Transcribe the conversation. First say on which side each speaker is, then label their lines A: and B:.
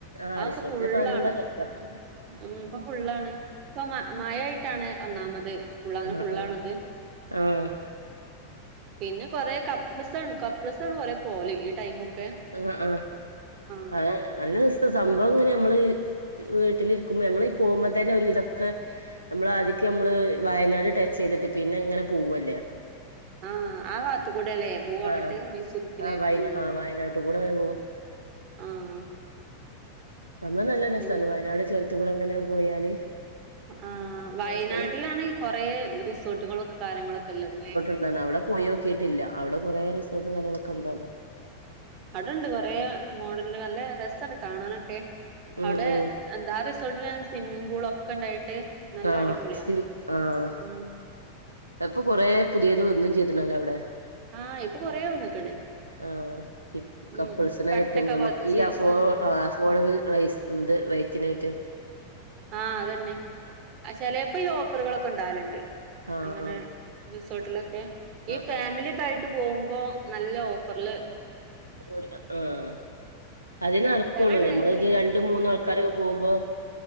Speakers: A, on the right; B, on the right.
A: ആഹ്
B: അഹ്
A: റിസോർട്ടിലൊക്കെ
B: ഒക്കെ ഫുള്ളാണ്
A: നല്ല തെരക്കാ
B: ഉം ഉം ഇപ്പൊ ഫുള്ളാണ് ഇപ്പൊ മഴായിട്ടാണ് ഒന്നാമത് ഫുള്ള് അങ്ങനെ
A: ആഹ്
B: ഫുള്ളാണത്
A: ആഹ് ആഹ്
B: പിന്നെ കൊറെ കപ്പ്ള്സാണ് കപ്പ്ള്സാണ് കൊറേ പോവല് ഈ ടൈമൊക്കെ
A: ആഹ് ആഹ്
B: ആഹ്
A: അതെ നല്ല സംഭവം ഇങ്ങനെ നമ്മള് വീട്ടിലിരിക്കുമ്പോ നമ്മൾ പോകുമ്പോ തന്നെ ഒരു വിതൊക്കെ നമ്മൾ ആദ്യക്കെ നമ്മള് വയനാട് ടച്ച് ചെയ്തിട്ട് പിന്നെ ഇങ്ങനെ പോവല്ലേ
B: ആഹ് ആഹ് ഭാഗത്ത് കൂടെല്ലേ പോവങ്ങട്ട്
A: ആഹ്
B: മൈസൂര്ക്ക്ല്ലേ
A: ആഹ് വയനാ
B: ഉം
A: ആഹ് വയനാട്ട് കൂടെ അങ്ങനെ പോവും
B: ആഹ്
A: സംഭവം നല്ല രസാണ്
B: പിന്നെ
A: വയനാട് ചേരത്ത്കൂടെ ഇങ്ങനെ പോയാല്
B: ആഹ് വയനാടിലാണ്
A: അങ്ങനെ
B: കൊറെ റിസോർട്ടുകളും കാര്യങ്ങളൊക്കെ ഇള്ളത് ലേ
A: ഇതാണ് അവിടെ പോയി നോക്കിട്ടില്ല അവിടെ കൊറെ റിസോർട്ടും കാര്യങ്ങളൊക്കെ ഉണ്ട് പറഞ്ഞ്
B: അടെണ്ട് കൊറേ മോഡല് നല്ല രസണ്ട് കാണാനൊക്കെ
A: ഉം
B: അവിടെ
A: ഉം
B: എന്താ അ റിസോർട്ടിലന്നെ സിമ്മിംഗ് പൂളൊക്കെ ഇണ്ടായിട്ട് നല്ല
A: ആഹ്
B: അടിപൊളിയാ
A: സി ആഹ്
B: ഉം
A: ഇപ്പൊ കുറേ പുതിയതും വന്ന് ചെയ്തിണല്ലോ അവിടെ
B: ആഹ് ഇപ്പൊ കൊറേ വന്ന്ക്ക്ണ്
A: ആഹ് ഇപ് കപ്പിൾസിനായിട്ടും
B: ഉം കട്ടൊക്കെ
A: ഞമ്മക്ക്
B: പതിച്ച്
A: ഈ അഫോ
B: ഉം
A: അഫോഡബിൾ റൈസ് ഇത് റൈറ്റ്നായിട്ട്
B: ആഹ് അതന്നെ ആഹ് ചെലപ്പോ ഈ ഓഫറുകളൊക്കെ ഉണ്ടാവല്ണ്ട്
A: ആഹ്
B: അങ്ങനെ
A: ആഹ്
B: റിസോർട്ടിലൊക്കെ ഈ
A: ആഹ്
B: ഫാമിലി
A: ആഹ്
B: ക്കായിട്ട് പോകുമ്പോ നല്ല ഓഫർല്
A: ഒര് ആഹ് അതെ നടക്കുള്ളൂ
B: ചെല ടൈമില്
A: ഞമ്മള് ഇത് രണ്ട് മൂന്ന്
B: ഉം
A: ആൾക്കാരൊക്കെ പോകുമ്പോ